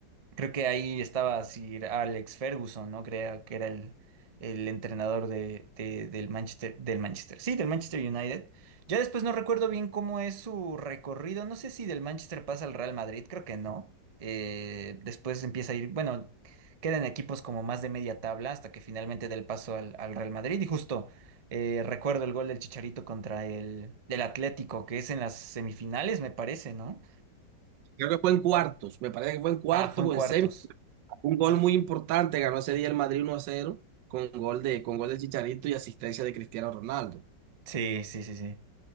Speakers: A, on the right; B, on the right.
A: Creo que ahí estaba Sir Alex Ferguson, ¿no? Creo que era el, el entrenador de, de- del Manchester, del Manchester, sí, del Manchester United. Ya después no recuerdo bien cómo es su recorrido. No sé si del Manchester pasa al Real Madrid, creo que no. Eh, después empieza a ir, bueno, quedan equipos como más de media tabla hasta que finalmente da el paso al, al Real Madrid. Y justo eh, recuerdo el gol del Chicharito contra el, del Atlético, que es en las semifinales, me parece, ¿no?
B: creo que fue en cuartos, me parece que fue en cuartos
A: Ah, fue en
B: o
A: cuartos.
B: en semis. Un gol muy importante, ganó ese día el Madrid uno a cero con gol de, con gol de Chicharito y asistencia de Cristiano Ronaldo.
A: Sí, sí, sí,